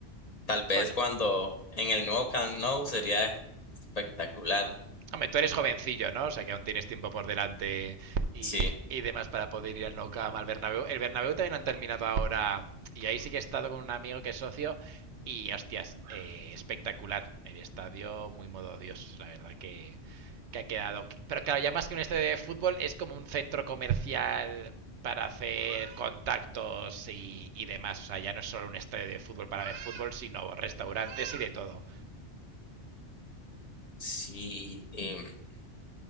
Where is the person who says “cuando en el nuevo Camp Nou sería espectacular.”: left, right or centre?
Left